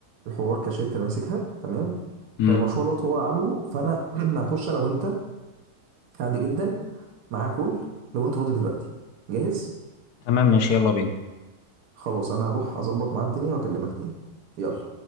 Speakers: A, on the right; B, on the left.
A: الحوار كشركه اللي ماسكها تمام
B: امم
A: فالمشروع دوت هو عامله فانا <clears throat> هخش انا وانت عادي جدا معاه كول لو انت فاضي دلوقتي جاهز
B: تمام ماشي يلا بينا
A: خلاص انا هروح اظبط معاه الدنيا واكلمك تاني يلا